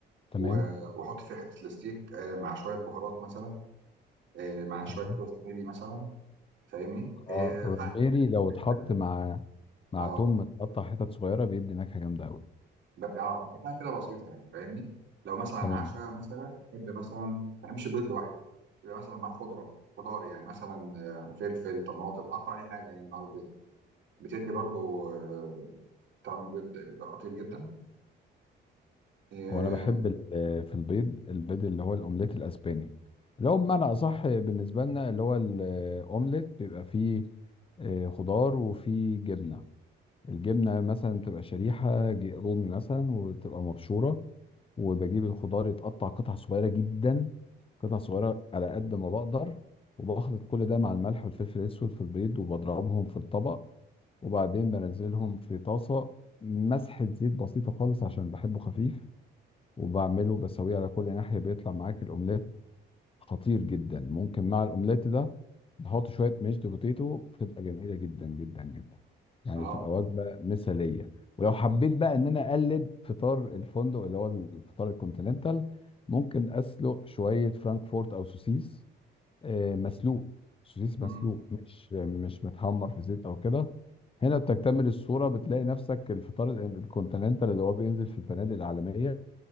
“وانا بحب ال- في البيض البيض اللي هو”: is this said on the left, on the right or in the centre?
Left